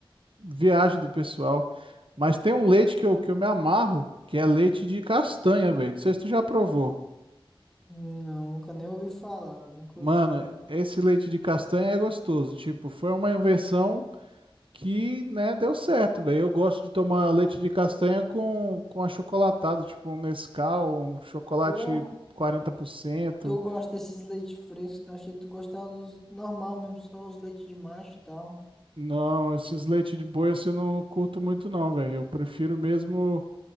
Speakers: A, on the right; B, in the centre.
A: viagem do pessoal. Mas tem um leite que eu, que eu me amarro, que é leite de castanha, velho. Não sei se tu já provou.
B: Não, nunca nem ouvi falar, nunca
A: Mano,
B: ouvi falar.
A: esse leite de castanha é gostoso. Tipo, foi uma invenção que, né, deu certo, velho. Eu gosto de tomar leite de castanha com, com achocolatado, tipo um Nescau, um chocolate
B: Pô,
A: 40%.
B: tu gosta desses leites frescos, então achei que tu gostava dos normal mesmo, só os leites de macho e tal.
A: Não, esses leite de boi assim, eu não curto muito não, velho. Eu prefiro mesmo,